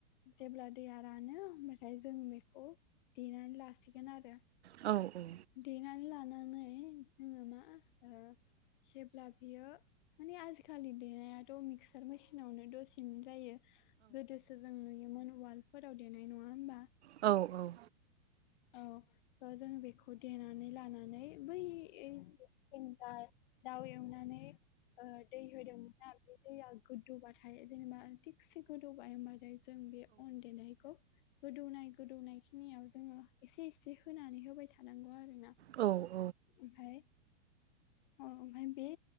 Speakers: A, on the left; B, on the right.
A: जेब्ला दैया रानो होमब्लाथाय जों बेखौ देनानै लासिगोन आरो
B: औ औ
A: देनानै लानानै जोङो मा ओ जेब्ला बियो माने आजिखालि देनायाथ' मिक्सार मेसिनावनो दसेनो जायो गोदोसो जों नुयोमोन उवालफोराव देनाय नङा होमबा
B: औ औ
A: औ थ' जों बेखौ देनानै लानानै बैन्ट <unintelligible> दाउ एवनानानै दै होदोंमोन ना बे दैया गोदौबाथाय जेनेबा थिगसे गोदौबाय होमबाथाय जों बे अन देनायखौ गोदौनाय गोदौनाय खिनियाव जोङो एसे एसे होनानै होबाय थानांगौ आरोना
B: औ
A: ओमफाय औ ओमफ्राय बे